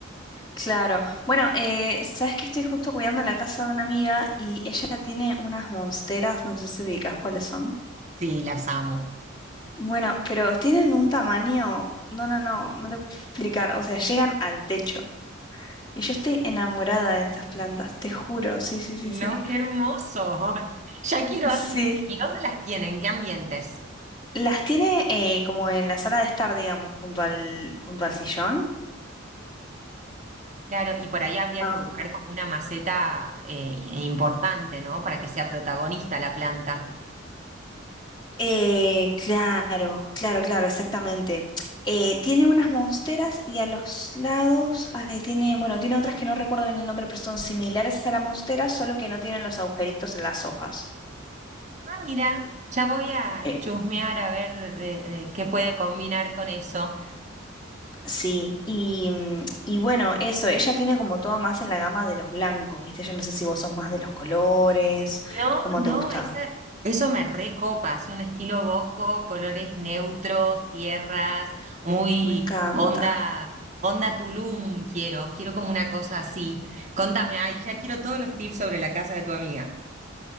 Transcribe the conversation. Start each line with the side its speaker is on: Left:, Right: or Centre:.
Left: Claro. Bueno, eh, sabes que estoy justo cuidando la casa de una amiga y ella tiene unas monsteras, no sé si ubicas cuáles son.
Right: Sí, las amo.
Left: Bueno, pero tienen un tamaño, no, no, no, no te puedo explicar. O sea, llegan al techo. Y yo estoy enamorada de estas plantas, te juro. Sí, sí, sí,
Right: No,
Left: sí.
Right: qué hermoso. <laughs> Ya quiero
Left: Sí.
Right: así. ¿Y dónde las tienen? ¿Qué ambientes?
Left: Las tiene eh, como en la sala de estar, digamos, junto al, junto al sillón.
Right: Claro, y por ahí habría
Left: No.
Right: que buscar como una maceta eh, importante, ¿no? Para que sea protagonista la planta.
Left: Eh, claro, claro, claro, exactamente. Eh, tiene unas monsteras y a los lados, ahí tiene, bueno, tiene otras que no recuerdo bien el nombre, pero son similares a la monstera, solo que no tienen los agujeritos en las hojas.
Right: Ah, mira, ya voy a
Left: Eh,
Right: chusmear a ver de, de qué puede combinar con eso.
Left: sí, y, mm, y bueno, eso, ella tiene como todo más en la gama de los blancos, ¿viste? Yo no sé si vos sos más de los colores,
Right: No,
Left: ¿cómo
Right: no,
Left: te gusta?
Right: esa, eso me recopa, así un estilo bojo, colores neutros, tierras, muy
Left: Me encanta.
Right: onda, onda Tulum quiero, quiero como una cosa así. Contame, ay, ya quiero todos los tips sobre la casa de tu amiga.